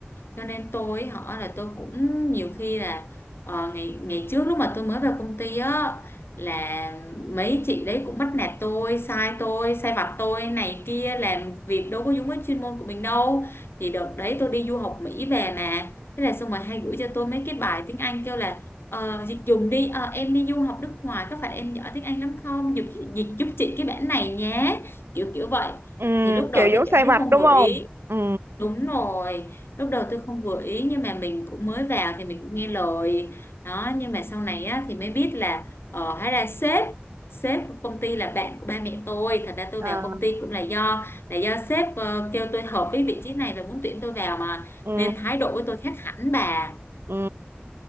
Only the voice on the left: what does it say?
cho nên tôi họ là tôi cũng nhiều khi là ờ, ngày ngày trước lúc mà tôi mới vào công ty á là mấy chị đấy cũng bắt nạt tôi sai tôi sai vặt tôi này kia làm việc đâu có đúng với chuyên môn của mình đâu thì đợt đấy tôi đi du học Mỹ về mà thế là xong rồi hay gửi cho tôi mấy cái bài tiếng Anh kêu là ờ, dịch dùng đi Ờ, em đi du học nước ngoài có phải em giỏi tiếng Anh lắm không dịch, dịch giúp chị cái bản này nhé kiểu kiểu vậy
thì lúc đầu
tôi
cảm thấy
không
vừa
ý
Đúng rồi, lúc đầu tôi không vừa ý nhưng mà mình cũng mới vào thì mình cũng nghe lời đó nhưng mà sau này á, thì mới biết là ờ, hóa ra sếp sếp của công ty là bạn của ba mẹ tôi thật ra tôi
vào công ty cũng là do là do sếp ờ, kêu tôi hợp với vị trí này và muốn tuyển tôi vào mà
nên thái độ của tôi khác hẳn bà